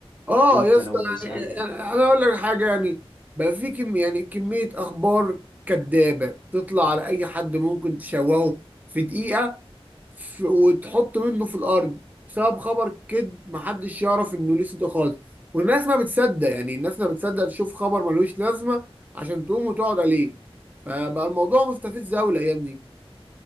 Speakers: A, on the right; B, on the left.
A: اه
B: انت
A: يا اسطى
B: لو سالتك
A: يعني يعني انا اقول لك حاجه يعني بقى في كم يعني كميه اخبار كدابه تطلع على اي حد ممكن تشوهه في دقيقه ف- وتحط منه في الارض بسبب خبر كد محدش يعرف انه ليه صدق خالص والناس ما بتصدق يعني الناس ما بتصدق تشوف خبر ملوش لازمه عشان تقوم وتقعد عليه فبقى الموضوع مستفز قوي الايام دي